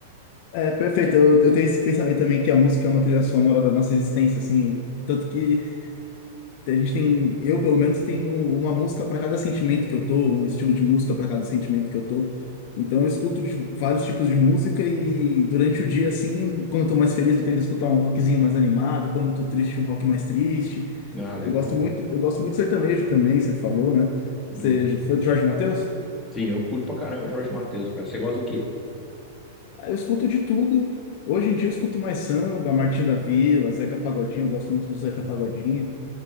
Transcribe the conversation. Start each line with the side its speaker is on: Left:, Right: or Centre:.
Left: É, perfeito. Eu, eu tenho esse pensamento também que a música é uma trilha sonora da nossa existência, assim. Tanto que a gente tem, eu pelo menos tenho uma música para cada sentimento que eu tô, um estilo de música para cada sentimento que eu tô. Então eu escuto de- vários tipos de música e durante o dia, assim, quando eu tô mais feliz, eu tento escutar um rockzinho mais animado, quando eu tô triste, um rock mais triste.
Centre: Ah, legal.
Left: Eu gosto muito, eu gosto muito de sertanejo também, você falou, né?
Centre: Uhum.
Left: Você foi do Jorge Mateus?
Centre: Sim, eu curto pra caramba Jorge Mateus, cara. Você gosta do quê?
Left: Aí eu escuto de tudo. Hoje em dia eu escuto mais samba, Martinho da Vila, Zeca Pagodinho, eu gosto muito do Zeca Pagodinho.